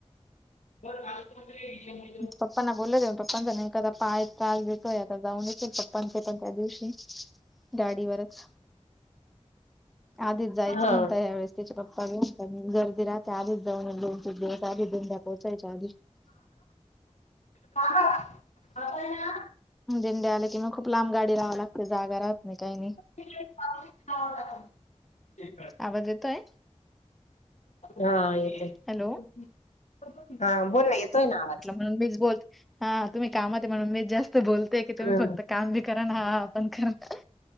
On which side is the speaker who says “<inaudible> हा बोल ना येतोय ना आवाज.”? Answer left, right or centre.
Left